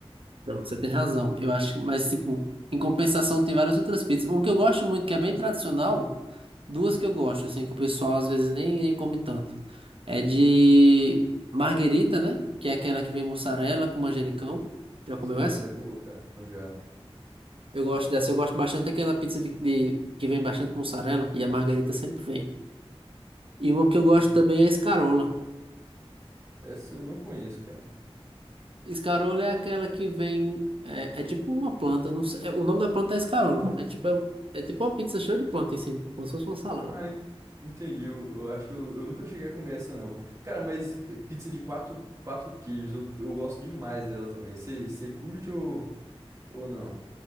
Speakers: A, on the right; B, on the right.
A: Não, você tem razão. Eu acho que, mas, tipo, em compensação, tem várias outras pizzas. Um que eu gosto muito, que é bem tradicional, duas que eu gosto, assim, que o pessoal às vezes nem, nem come tanto. É de marguerita, né? Que é aquela que vem mussarela com manjericão. Já comeu
B: Sim,
A: essa?
B: essa é boa, cara. Eu já.
A: Eu gosto dessa. Eu gosto bastante daquela pizza de, de- que vem bastante mussarela e a marguerita sempre vem. E uma que eu gosto
B: Hum,
A: também é a escarola.
B: essa eu não conheço, cara.
A: Escarola é aquela que vem. É, é tipo uma planta. eu Não sei, é, o nome da planta é escarola. É tipo, é, é tipo uma pizza cheia de planta em cima, como se fosse uma salada.
B: Ah, en- entendi. Eu, eu acho. Eu nunca cheguei a comer essa, não. Cara, mas pizza de quatro, quatro queijos, eu, eu gosto demais dela também. Você curte ou, ou não?